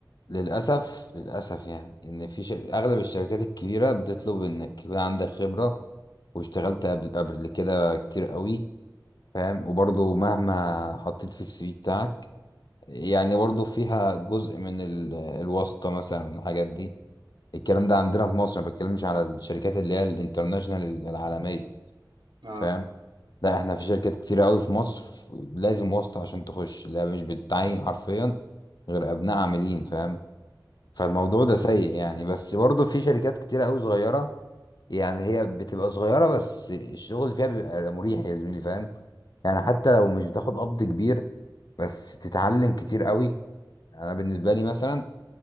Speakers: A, on the left (about 60°); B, on the right (about 70°).
A: للأسف للأسف يعني إن في شر... أغلب الشركات الكبيرة بتطلب إنك يكون عندك خبرة واشتغلت قبل قبل كده كتير قوي فاهم وبرضه مهما حطيت في السي في بتاعك يعني برضه فيها جزء من ال... الواسطة مثلا الحاجات دي الكلام ده عندنا في مصر ما بتكلمش على الشركات اللي هي الانترناشنال العالمية
B: آه
A: فاهم ده احنا في شركات كتيرة قوي في مصر ف- لازم واسطة عشان تخش لا مش بتعين حرفيا غير ابناء عاملين فاهم فالموضوع
B: فاهمك
A: ده سيء
B: آه
A: يعني بس برضه في شركات كتيرة قوي صغيرة يعني هي بتبقى صغيرة بس الشغل اللي فيها بيبقى مريح يا زميلي فاهم يعني حتى لو مش بتاخد قبض كبير بس بتتعلم كتير قوي انا بالنسبة لي مثلا